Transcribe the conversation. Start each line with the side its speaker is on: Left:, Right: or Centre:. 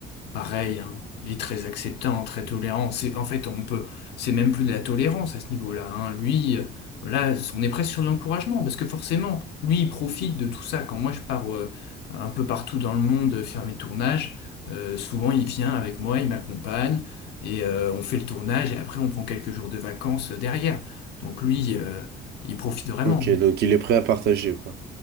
Left: Pareil, hein, il est très acceptant, très tolérant. C'est, en fait, on peut, c'est même plus de la tolérance à ce niveau-là. hein. Lui, euh, là, on est presque sur de l'encouragement parce que forcément, lui, il profite de tout ça. Quand moi, je pars euh, un peu partout dans le monde euh, faire mes tournages, euh, souvent, il vient avec moi, il m'accompagne et euh, on fait le tournage et après, on prend quelques jours de vacances euh, derrière. Donc lui, euh, il profite vraiment.
Right: Ok,
Left: hein.
Right: donc il est prêt à partager, quoi.